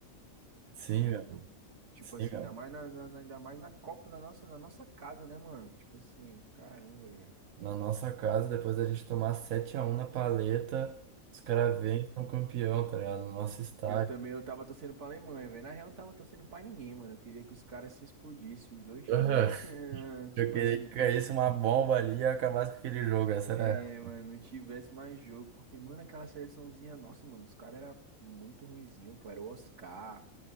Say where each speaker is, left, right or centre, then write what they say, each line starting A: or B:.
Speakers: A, on the right; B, on the right.
A: Sim,
B: Você é
A: meu.
B: louco. Tipo
A: Sim,
B: assim,
A: meu.
B: ainda mais na, na- na- ainda mais na Copa, na nossa, na nossa casa, né, mano? Tipo assim, caramba, velho.
A: Na nossa casa, depois da gente tomar sete a um na paleta, os caras vêm e são campeão, tá ligado? No nosso estádio.
B: Eu também, eu tava torcendo pra Alemanha, velho. Na real, eu não tava torcendo pra ninguém, mano. Eu queria que os caras se explodissem, os dois
A: Aham.
B: times. <laughs> Tipo
A: Eu queria
B: assim,
A: que caísse uma bomba ali e acabasse com aquele jogo. Essa era.
B: é,
A: ela.
B: mano, não tivesse mais jogo. Porque, mano, aquela seleçãozinha, nossa, mano, os caras eram muito ruinzinho, pô. Era o Oscar,